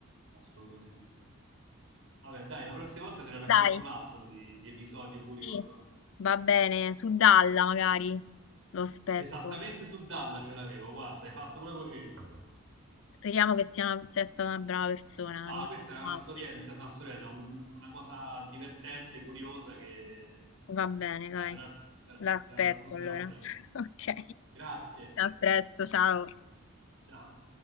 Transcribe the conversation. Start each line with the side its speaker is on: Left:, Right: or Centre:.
Right: assolutamente. Vabbè, dai, la prossima volta te ne racconto
Left: Dai.
Right: un altro di, di episodio curioso.
Left: Sì, va bene, su Dalla magari lo aspetto.
Right: Esattamente su Dalla ce l'avevo, guarda, hai fatto proprio centro.
Left: Speriamo che sia, una- sia stata una brava persona,
Right: No,
Left: come
Right: questa
Left: immagino.
Right: è una storiella, nel senso una storiella, è un- una cosa divertente, curiosa che
Left: Va bene, dai.
Right: ah, te la, te la-
Left: L'aspetto
Right: te la racconterò
Left: allora.
Right: presto.
Left: <laughs> Ok.
Right: Grazie,
Left: A presto, ciao.
Right: ciao.